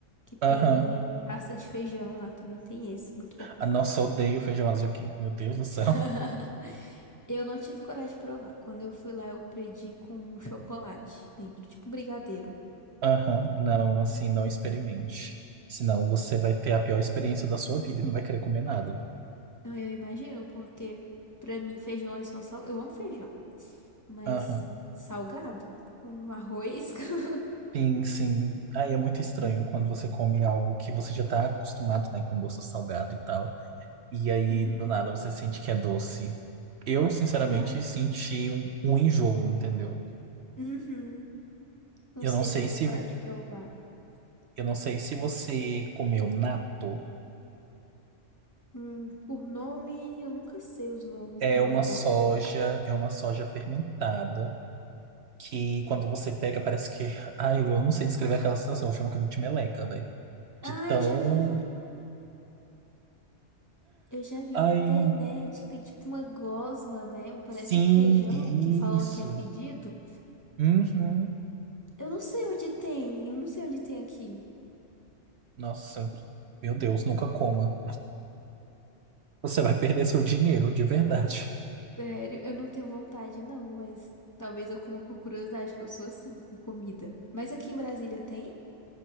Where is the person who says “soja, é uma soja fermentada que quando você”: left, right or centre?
Right